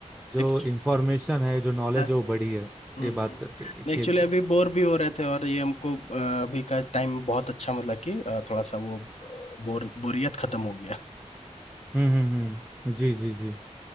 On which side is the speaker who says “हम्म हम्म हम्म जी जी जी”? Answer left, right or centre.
Centre